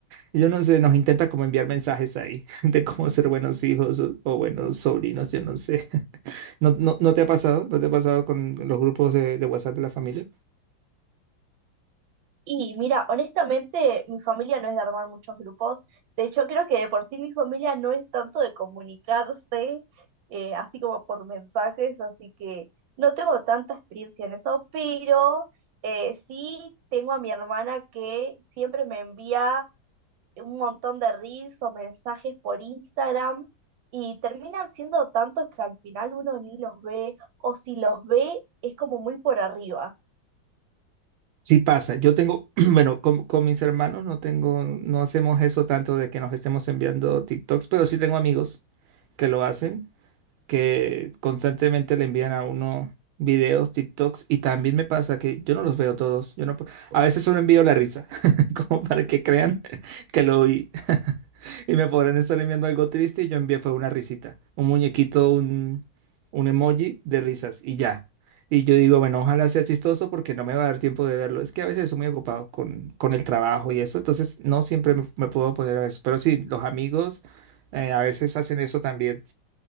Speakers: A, on the right (about 85°); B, on the right (about 70°).
A: Yo no sé, nos intenta como enviar mensajes ahí <laughs> de cómo ser buenos hijos o, o buenos sobrinos, yo no sé. <laughs> ¿No, no, no te ha pasado? ¿No te ha pasado con los grupos de, de WhatsApp de la familia?
B: Y mira, honestamente, mi familia no es de armar muchos grupos. De hecho, creo que de por sí mi familia no es tanto de comunicarse, eh, así como por mensajes, así que no tengo tanta experiencia en eso, pero eh, sí tengo a mi hermana que siempre me envía un montón de reels o mensajes por Instagram y terminan siendo tantos que al final uno ni los ve, o si los ve, es como muy por arriba.
A: Sí pasa. Yo tengo, <clears throat> bueno, con, con mis hermanos no tengo, no hacemos eso tanto de que nos estemos enviando TikToks, pero sí tengo amigos que lo hacen que constantemente le envían a uno videos, TikToks, y también me pasa que yo no los veo todos, yo no, pu- a veces solo envío la risa, <laughs> como para que crean <laughs> que lo oí. <laughs> Y me podrán estar enviando algo triste y yo envié fue una risita, un muñequito, un, un emoji de risas y ya. Y yo digo, bueno, ojalá sea chistoso porque no me va a dar tiempo de verlo. Es que a veces estoy muy ocupado con, con el trabajo y eso, entonces no siempre me, me puedo poner a eso. Pero sí, los amigos eh, a veces hacen eso también.